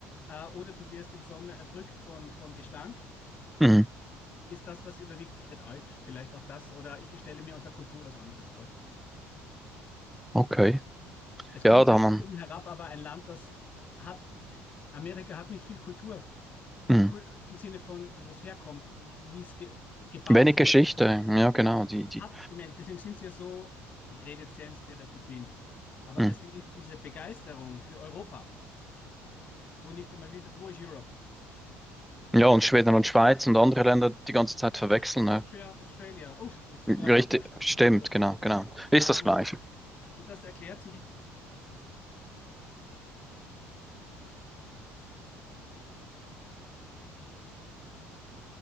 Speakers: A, on the left (about 30°); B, in the centre.
A: äh, oder du wirst im Sommer erdrückt von, von Gestank.
B: Mhm.
A: Ist das, was überwiegt, ich werde alt, vielleicht auch das, oder ich stelle mir unter Kultur was anderes vor.
B: Okay.
A: Es
B: Ja,
A: klingt
B: da
A: jetzt
B: haben
A: von oben herab, aber ein Land, das hat, Amerika hat nicht viel Kultur, hat
B: wir mhm.
A: Kul im Sinne von, wo es herkommt, wie es ge gebaut
B: wenig Geschichte.
A: wurde.
B: Ja, genau. Die, die.
A: Hat, ich meine, deswegen sind sie ja so, ich rede jetzt sehr in Stereotypien, aber
B: Mhm.
A: deswegen ist diese Begeisterung für Europa, wo nicht einmal wissen, wo ist Europe?
B: Ja,
A: Ja,
B: und Schweden und Schweiz und andere Länder die ganze Zeit verwechseln.
A: Aus-
B: Ne?
A: Austria, Australia, uff, ist
B: Richtig,
A: ja nur ein paar Buchstaben,
B: stimmt,
A: ist doch wurscht.
B: genau, genau. Ist
A: Ah,
B: das
A: und,
B: gleich.
A: und das erklärt sich,